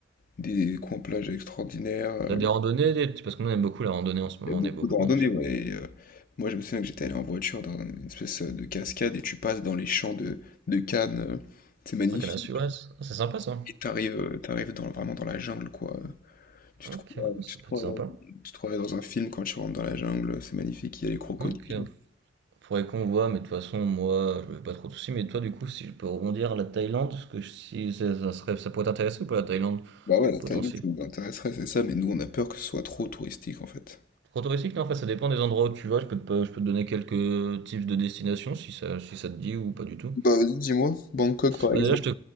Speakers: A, on the left (about 45°); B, on the right (about 60°).
A: des coins plages extraordinaires, heu,
B: T'as des randonnées, des- parce que nous on aime beaucoup la randonnée en ce moment,
A: il y a beaucoup
B: on est beaucoup,
A: de randonnées,
B: bon, je sais
A: ouais
B: pas.
A: et heu, moi je me souviens que j'étais allé en voiture dans une espèce, euh, de cascade et tu passes dans les champs de de cannes, heu, c'est magnifique.
B: Ah, Canal Sud, ouais, c'est ah, c'est sympa ça.
A: Et t'arrives, heu, t'arrives dans vraiment dans la jungle, quoi, tu
B: Ok,
A: te croirais
B: ouais, ça
A: tu te
B: peut
A: croirais
B: être sympa.
A: dans tu te croirais dans un film quand tu rentres dans la jungle, c'est magnifique, il y a les crocodiles.
B: Ok. Faudrait qu'on voit, mais de toute façon, moi, je vais pas trop de soucis. Mais toi, du coup, si je peux rebondir à la Thaïlande, parce que je- si ça, ça serait, ça pourrait t'intéresser ou pas la Thaïlande,
A: Bah ouais, la
B: potentiel.
A: Thaïlande, ça nous intéresserait, c'est ça, mais nous, on a peur que ce soit trop touristique, en fait.
B: Trop touristique, non, enfin, ça dépend des endroits où tu vas. Je peux te, pas- je peux te donner quelques types de destinations, si ça, si ça te dit ou pas du tout.
A: Bah, vas-y, dis-moi, Bangkok, par
B: Bah,
A: exemple.
B: déjà, je te,